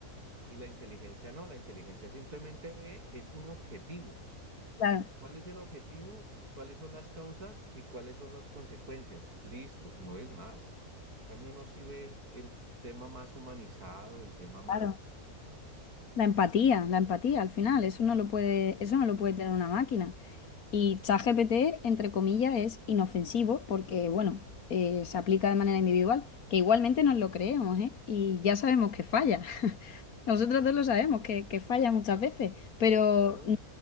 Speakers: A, on the right (about 85°); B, on the left (about 70°).
A: y la inteligencia no, la inteligencia simplemente ve, es un objetivo.
B: Claro.
A: ¿Cuál es el objetivo? ¿Cuáles son las causas y cuáles son las consecuencias? Listo, no es más. También uno sí ve el tema más humanizado, el tema más,
B: claro. La empatía, la empatía al final, eso no lo puede, eso no lo puede tener una máquina. Y ChatGPT, entre comillas, es inofensivo porque, bueno, eh, se aplica de manera individual, que igualmente nos lo creemos, ¿eh? Y ya sabemos que falla. <laughs> Nosotros dos lo sabemos, que, que falla muchas veces, pero
A: claro,
B: n-